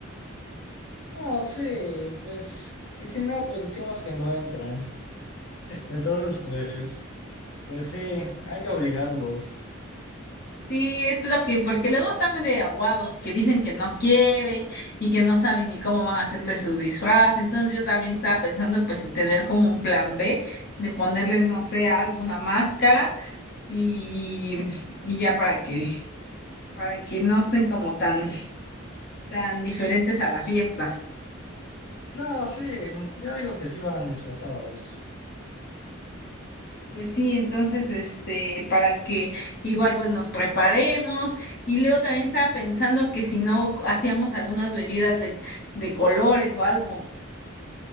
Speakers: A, on the left; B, on the left.
A: No, sí, pues, y si no, pues decimos que no entran. Entonces, pues, pues sí, hay que obligarlos.
B: Sí, es lo que, porque luego están de aguados, que dicen que no quieren y que no saben ni cómo van a hacerle su disfraz. Entonces yo también estaba pensando pues en tener como un plan B de ponerles, no sé, algo, una máscara y, y ya para que, para que no estén como tan, tan diferentes a la fiesta.
A: No, sí, yo digo que sí van disfrazados.
B: Pues sí, entonces, este, para que igual pues nos preparemos. Y luego también estaba pensando que si no hacíamos algunas bebidas de, de colores o algo.